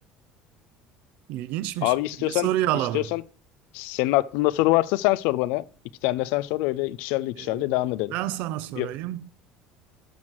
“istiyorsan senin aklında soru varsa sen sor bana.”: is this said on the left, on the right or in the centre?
Left